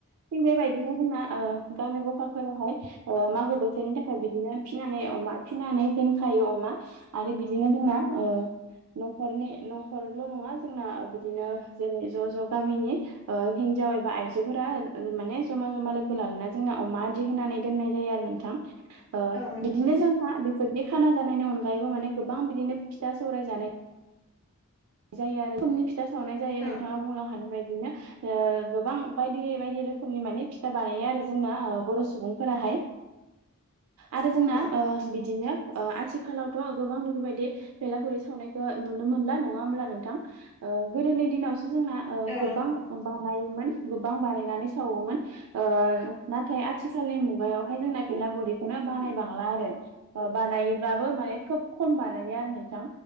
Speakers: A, on the right; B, on the left.
A: थिग बेबाय दिनो जोंना ओ गामि गपाफोरावहाय मागो बोथोरनि थाखाय बिदिनो फिनानै अमा फिनानै दोनखायो अमा। आरो बिदिनो जोंना ओ न'खरनि न'खरल' नङा जोंना बिदिनो जेरै ज' ज' गामिनि ओ हिनजाव एबा आइजोफोरा माने जमा जमा लोगो लालायना जोंना अमा आदि होनानै दोननाय जायो आरो नोंथां। ओ
B: औ नों
A: बिदिनो जोंहा बेफोरनि खाना जानायनि अनगायैबो माने गोबां बिदिनो फिथा सौराय जानाय जायो आरो खुमनि फिथा सावनाय जायो नोंथाङा
B: औ
A: बुंलां खानाय बायदिनो। ओ गोबां बायदि बायदि रोखोमनि माने फिथा बानायो आरो जोंना बर' सुबुंफोराहाय। आरो जोंना
B: औ
A: ओ बिदिनो ओ आथिखालावथ' गोबां बेफोरबायदि बेलागुर सावनायखौ नुनो मोनला न ङा होमब्ला नोंथां। ओ गोदोनि दिनावसो जोंना ओ
B: औ
A: गोबां
B: नंगौ
A: बानायोमोन गोबां बानायनानै सावोमोन। ओ नाथाय आथिखालनि मुगायावहाय जोंना बेलागुर इखौ बानाय बांला आरो बानायब्लाबो माने खोब खम बानायो आरो नोंथां।